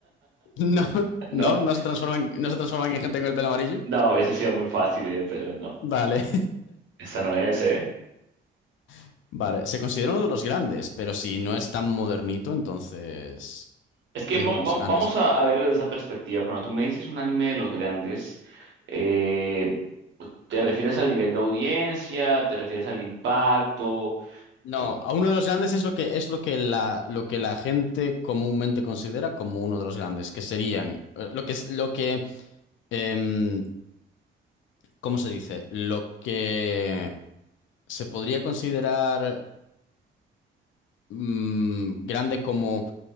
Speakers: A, on the left (about 75°); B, on the right (about 65°).
A: <laughs> No,
B: <laughs>
A: no,
B: no.
A: no se transforman, no se transforman en gente con el pelo amarillo.
B: No, ese sí era muy fácil, eh, pero no.
A: Vale,
B: Esta no es, ¿eh?
A: <laughs> vale. Se considera uno de los grandes, pero si no es tan modernito, entonces
B: Es que
A: uno
B: vam-
A: de los
B: vam-
A: grandes.
B: vamos a, a verlo desde esa perspectiva. Cuando tú me dices un anime de los grandes, eh, ¿te refieres al nivel de audiencia? ¿Te refieres al impacto?
A: No,
B: Em,
A: a uno de los grandes es lo que es lo que la lo que la gente comúnmente considera como uno de los grandes, que serían eh, lo que es lo que em, ¿cómo se dice? Lo que se podría considerar mm, grande como...